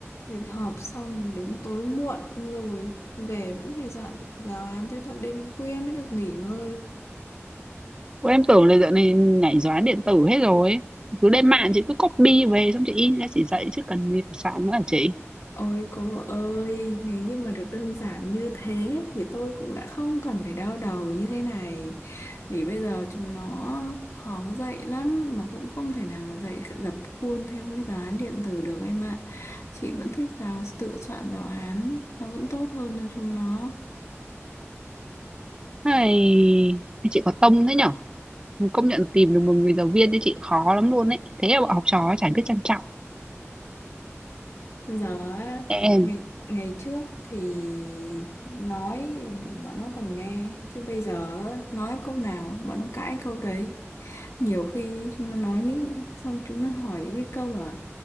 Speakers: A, on the left (about 75°); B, on the right (about 20°).
A: rồi họp xong đến tối muộn rồi về vẫn phải soạn giáo án tới tận đêm khuya mới được nghỉ ngơi
B: Ủa, em tưởng là dạo này nhảy giáo án điện tử hết rồi cứ lên mạng chị cứ copy về xong chị in ra chị dạy chứ cần gì phải soạn nữa hả chị
A: ôi cô ơi nếu như mà được đơn giản như thế thì tôi cũng đã không cần phải đau đầu như thế này vì bây giờ chúng nó khó dạy lắm mà cũng không thể nào mà dạy dập khuôn theo cái giáo án điện tử được em ạ chị vẫn thích giáo tự soạn giáo án nó vẫn tốt hơn cho chúng nó
B: hay chị có tông thế nhở công nhận tìm được một người giáo viên cho chị khó lắm luôn ấy thế mà bọn học trò chả biết trân trọng
A: giờ á,
B: em
A: ngày ngày trước thì nói bọn nó còn nghe chứ bây giờ á, nói câu nào bọn nó cãi câu đấy nhiều khi chúng nó nói những xong chúng nó hỏi những cái câu mà